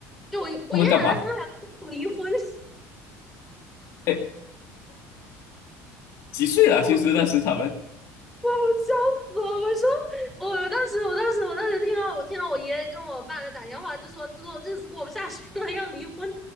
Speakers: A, in the centre; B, on the left.
A: 就我我爷爷奶奶他们俩要离婚，
B: 他们干嘛？
A: <laughs>
B: 哎，几岁了？
A: 要离。
B: 其实那时他们。
A: 哇！我笑死了！我说，我我当时，我当时，我当时听到，我听到我爷爷跟我爸在打电话，就说就说日子过不下去了，要离婚。